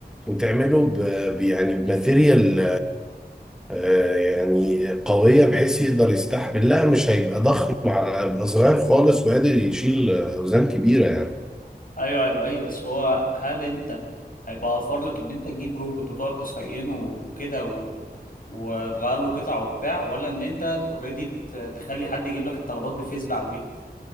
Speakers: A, in the centre; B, on the left (about 55°).
A: وتعمله ب ب- يعني بماتيريال آه، يعني قويه بحيث يقدر يستحمل لا مش هيبقى ضخم على- هيبقى صغير خالص وقادر يشيل آه، اوزان كبيره يعني
B: ايوه ايوه ايه بس هو هل انت هيبقى اوفر لك ان انت تجيب روبوت وتقعد تصينه وكده و... وتغير له قطع وبتاع ولا ان انت اوريدي تخلي حد يجيب لك الطلبات بفيسبوك على البيت